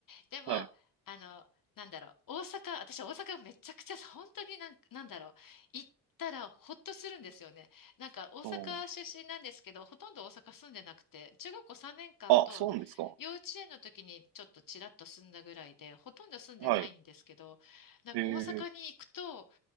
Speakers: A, on the left; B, on the right.
A: でも、
B: はい。
A: あの、なんだろう、大阪、私大阪めちゃくちゃ、本当になんか、なんだろう、行ったらほっとするんですよね。なんか大阪出身なんですけど、
B: うん
A: ほとんど大阪住んでなくて、中学校3年間と
B: あ、そうなんですか。
A: 幼稚園の時にちょっとちらっと住んだぐらいで、ほとんど住んでないんですけど、
B: はい。
A: なんか大阪に行くと
B: ええ、